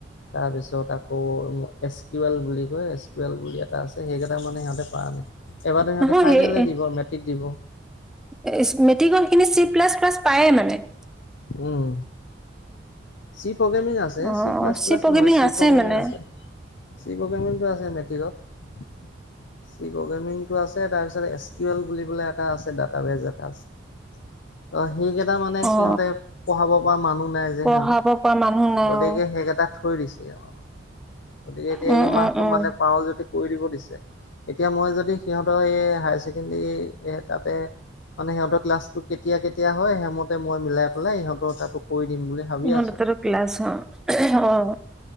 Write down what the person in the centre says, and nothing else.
নহয়
সেই
মেট্ৰিকৰ সেইখিনি চি প্লাছ- প্লাছ পায়ে মানে।
অ
প্ৰগ্ৰেমিং
আছে
মানে
অ
পঢ়াব
পৰা মানুহ নাই
অ
উম
উম উম
ইহঁত
দুটাৰো ক্লাছ ন‌' <unintelligible> অহ।